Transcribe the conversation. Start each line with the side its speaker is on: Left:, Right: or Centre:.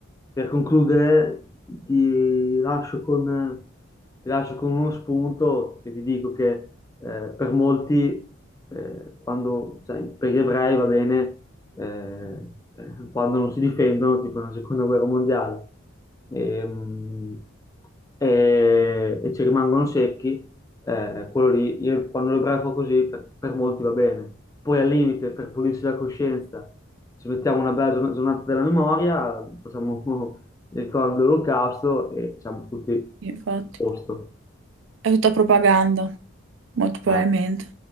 Left: per concludere ti lascio con, ti lascio con uno spunto che ti dico che eh, per molti, eh, quando, cioè, per gli ebrei va bene, eh, eh, quando non si difendono, tipo nella seconda guerra mondiale, Ehm, e, e ci rimangono secchi, eh, quello lì, io- quando l'ebreo fa così, per, per molti va bene. Poi al limite, per pulirsi la coscienza, ci mettiamo una bella giorn- giornata della memoria, facciamo <laughs> il ricordo dell'Olocausto e siamo tutti
Right: Sì, Infatti,
Left: a posto.
Right: è tutta propaganda, molto probabilmente.
Left: Eh.